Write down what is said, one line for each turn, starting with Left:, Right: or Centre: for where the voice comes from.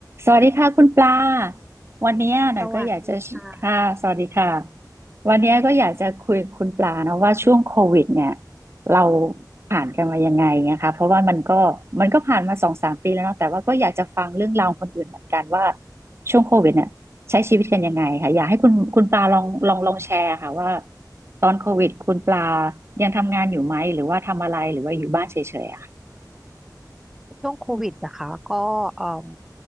Right: สวัสดีค่ะคุณปลา วันเนี้ยหน่อยก็อยากจะค่ะสวัสดีค่ะ
Centre: สวัสดีค่ะ
Right: วันเนี้ยก็อยากจะคุยกับคุณปลานะว่าช่วงโควิดเนี่ยเราผ่านกันมายังไงนะคะเพราะว่ามันก็มันก็ผ่านมาสองสามปีแล้วเนาะแต่ว่าก็อยากจะฟังเรื่องราวคนอื่นเหมือนกันว่าช่วงโควิดเนี่ยใช้ชีวิตกันยังไงค่ะอยากให้คุณคุณปลาลองลองลองแชร์ค่ะว่าตอนโควิดคุณปลายังทำงานอยู่ไหมหรือว่าทำอะไรหรือว่าอยู่บ้านเฉยๆอะค่ะ
Centre: ช่วงโควิดนะคะก็เอ่ม